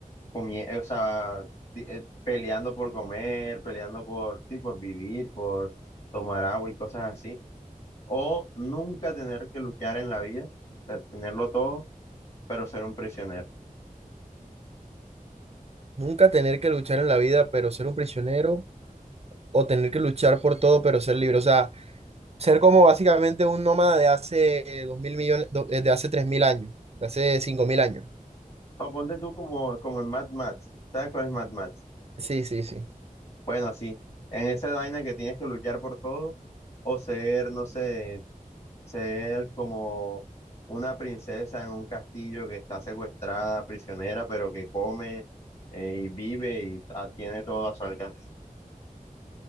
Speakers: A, on the left; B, on the right.
A: comie- eh, o sea, di- eh, peleando por comer, peleando por, sí, por vivir, por tomar agua y cosas así. O nunca tener que luchar en la vida, o sea, tenerlo todo, pero ser un prisionero.
B: Nunca tener que luchar en la vida, pero ser un prisionero, o tener que luchar por todo, pero ser libre. O sea, ser como básicamente un nómada de hace eh, dos mil millones, do- eh, de hace tres mil años, de hace cinco mil años.
A: O ponte tú como, como en Mad Max. ¿Sabes cuál es Mad Max?
B: Sí, sí, sí.
A: Bueno, sí, en esa vaina que tienes que luchar por todo, o ser, no sé, ser como una princesa en un castillo que está secuestrada, prisionera, pero que come eh, y vive y ah, tiene todo a su alcance.